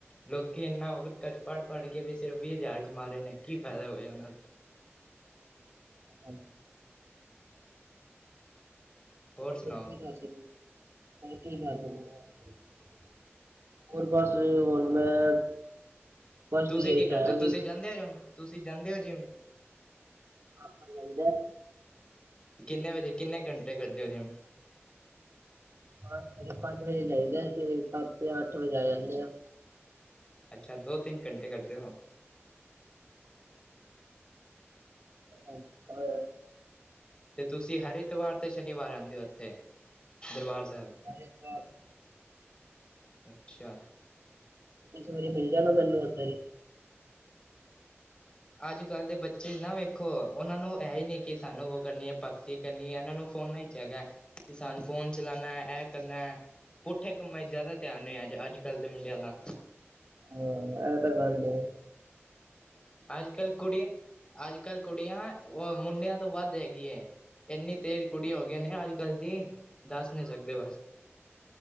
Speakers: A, on the left (about 20°); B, on the right (about 75°).
A: ਲੋਕ ਇੰਨਾ <unintelligible> ਪੜ੍ਹ ਪੜ੍ਹ ਕੇ ਵੀ ਸਿਰਫ ਵੀਹ ਹਜ਼ਾਰ ਕਮਾ ਰਹੇ ਨੇ ਕੀ ਫਾਇਦਾ ਹੋਇਆ ਉਹਨਾਂ ਦਾ
B: ਹਾਂ
A: ਹੋਰ ਸੁਣਾਓ
B: ਕੀ ਕਰ ਕੀ ਕਰ <unintelligible> ਹੋਰ ਬਸ, ਹੁਣ ਮੈਂ ਫਸਟ
A: ਤੁਸੀਂ
B: ਈਅਰ
A: ਕੇ
B: ਚ
A: ਕਰਦੇ?
B: ਆਇਆ ਵੀ
A: ਤੁਸੀਂ ਜਾਂਦੇ ਹੋ ਜਿੰਮ, ਤੁਸੀਂ ਜਾਂਦੇ ਹੋ ਜਿੰਮ?
B: ਆਪਾ ਨ ਲਗਦੈ।
A: ਕਿੰਨੇ ਵਜੇ? ਕਿੰਨੇੰ ਘੰਟੇ ਕਰਦੇ ਹੋ, ਜਿੰਮ?
B: ਬਸ ਸਵੇਰੇ ਪੰਜ ਵਜੇ ਜਾਹੀਦੈ, ਤੇ ਸੱਤ ਯਾਂ ਅੱਠ ਵਜੇ ਆ ਜਾਂਨੇ ਆ।
A: ਅੱਛਾ, ਦੋ-ਤਿੰਨ ਘੰਟੇ ਕਰਦੇ ਹੋ?
B: ਹ ਹੋ <unintelligible>
A: ਤੇ ਤੁਸੀਂ ਹਰ ਇਤਵਾਰ ਤੇ ਸ਼ਨੀਵਾਰ ਆਉਂਦੇ ਹੋ, ਉੱਥੇ ਦਰਬਾਰ ਸਾਹਿਬ?
B: ਐਤਵਾਰ।
A: ਅੱਛਾ।
B: ਸਵੇਰੇ ਮਿਲ ਜਾਣਾ ਮੈਨੂੰ ਉੱਧਰ ਹੀ।
A: ਅੱਜ-ਕੱਲ ਦੇ ਬੱਚੇ ਨਾ ਵੇਖੋ, ਉਹਨਾਂ ਨੂੰ ਹੈ ਹੀ ਨਹੀਂ, ਕਿ ਸਾਨੂੰ ਉਹ ਕਰਨੀ ਹੈ ਭਗਤੀ ਕਨੀ ਇਹਨਾਂ ਨੂੰ ਫੋਨ ਈ ਚੈਦਾ, ਕਿ ਸਾਨੂੰ ਫੋਨ ਚਲਾਣਾ, ਐ ਕਰਨਾ ਪੁੱਠੇ ਕੰਮਾ'ਚ ਜ਼ਿਆਦਾ ਧਿਆਨ ਏ, ਅ, ਅੱਜ-ਕੱਲ ਦੇ ਮੁੰਡਿਆਂ ਦਾ।
B: ਹਾਂ, ਇਹ ਤਾਂ ਗੱਲ ਏ।
A: ਅੱਜ-ਕੱਲ ਕੁੜੀਆ, ਅੱਜ-ਕੱਲ ਕੁੜੀਆਂ, ਮੁੰਡਿਆਂ ਤੋਂ ਵੱਧ ਹੈਗੀਏਂ। ਇੰਨੀ ਤੇਜ਼ ਕੁੜੀਆ ਹੋ ਗਈਆ ਨੇ ਅੱਜ-ਕੱਲ ਦੀ, ਦੱਸ ਨਹੀ ਸਕਦੇ ਬਸ।